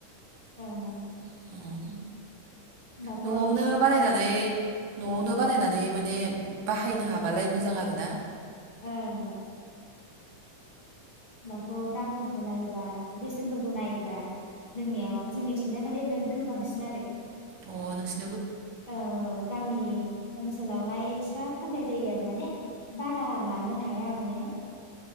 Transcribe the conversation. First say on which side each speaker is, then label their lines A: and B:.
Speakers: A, on the left; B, on the right.
A: ओं ओं उम
B: आरो
A: होनबाथ'
B: न'आवनो
A: नोंसिनिफ्राय
B: बानायनानै न'आवनो बानायनानै माने बाहायनो हाबालाय मोजां आरो ना
A: <unintelligible> थ' दामफोरखौ नायोबा बेसेनफोरखौ नायोबा जोंनियाव जोंनिथिंजाय माने बिराद गोबांसिन आरो
B: अ नोंसि
A: औ औ गामि ओनसोलावहाय एक्सट्रा फाननाय जायो आरो माने बारा लानो हाया माने